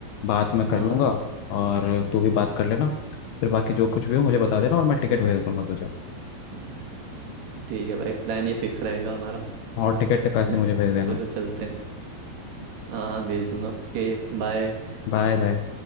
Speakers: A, on the left; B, on the right.
A: बात मैं
B: हाँ
A: कर लूँगा और तू भी बात कर
B: ठीक
A: लेना
B: है
A: फिर बाकी जो कुछ भी हो मुझे बता देना और मैं टिकट भेज दूंगा तुझे
B: चलो ठीक है भाई प्लान ये फिक्स रहेगा हमारा
A: और टिकट के पैसे
B: <laughs>
A: मुझे भेज देना
B: चलो चलते हैं हाँ हाँ भेज दूंगा Okay bye
A: Bye bye